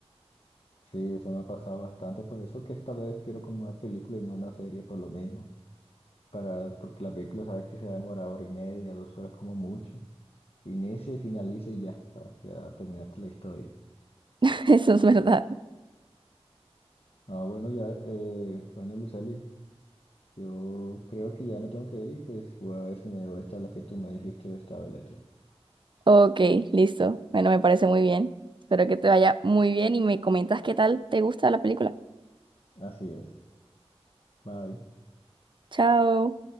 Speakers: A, on the left; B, on the right.
A: Sí, se me ha pasado bastante, por eso que esta vez quiero como una película y no una serie por lo mismo, para, porque la película sabes que se va a demorar hora y media, dos horas como mucho, inicia y finaliza y ya, ¿sabes? Ya terminaste la historia.
B: <laughs> eso es verdad.
A: Ah, bueno, ya, eh, bueno, Luceli, yo creo que ya me tengo que ir y pues voy a ver si me veo esta la que tú me dijiste de estado eléctrico.
B: Ok, listo. Bueno, me parece muy bien. Espero que te vaya muy bien y me comentas qué tal te gusta la película.
A: Así es, bye.
B: Chao.